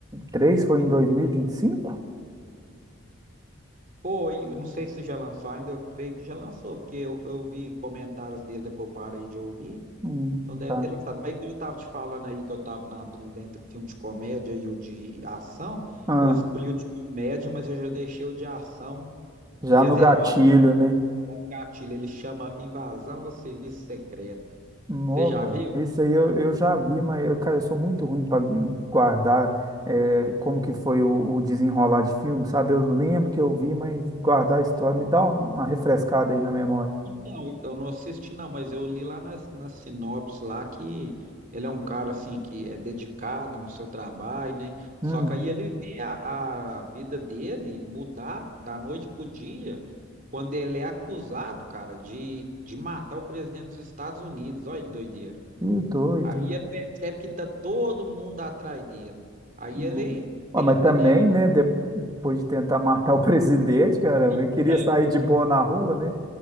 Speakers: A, on the right; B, on the right.
A: 3 foi em 2025?
B: Pô, e eu não sei se já lançou ainda, eu creio que já lançou, porque eu, eu vi comentários dele, depois eu parei de ouvir,
A: Hum,
B: então deve
A: tá.
B: ter lançado. Mas igual eu tava te falando aí que eu tava na dúvida entre o filme de comédia e o de ação,
A: Ah,
B: eu escolhi o de comédia, mas eu já deixei o de ação
A: já
B: reservado.
A: no gatilho, né?
B: Gatilho, ele chama Invasão ao Serviço Secreto.
A: Não,
B: Você já
A: velho.
B: viu?
A: Esse aí eu, eu já vi, mas, eu, cara, eu sou muito ruim para guardar é, como que foi o, o desenrolar de filme, sabe? Eu lembro que eu vi, mas guardar a história me dá uma, uma refrescada aí na memória.
B: Então, eu não assisti não, mas eu li lá na, na sinopse lá que ele é um cara assim que é dedicado no seu trabalho, né? Só
A: Hum,
B: que aí ele vê a, a vida dele mudar da noite pro dia quando ele é acusado, cara, de, de matar o presidente dos Estados Unidos. Olha que doideira.
A: que doido.
B: Aí ele percebe que tá todo mundo atrás dele. Aí
A: Não.
B: ele
A: Ah,
B: tenta,
A: mas também,
B: né?
A: né? Depois de tentar matar o <laughs> presidente, cara,
B: Então,
A: eu queria sair de boa na rua, né?